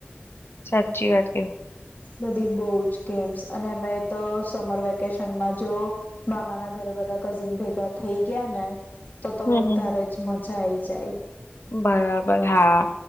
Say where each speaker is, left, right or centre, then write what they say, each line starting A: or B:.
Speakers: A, on the left; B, on the left.
A: સાચી વાત કે.
B: બધી બહુ જ ગેમ્સ અને એમાં એ તો સમર વેકેશનમાં જો મામાના ઘરે બધા કઝિન ભેગા થઈ ગયા ને તો તો
A: હમ.
B: વધારે જ મ જાઇ આજાય
A: બરાબર હા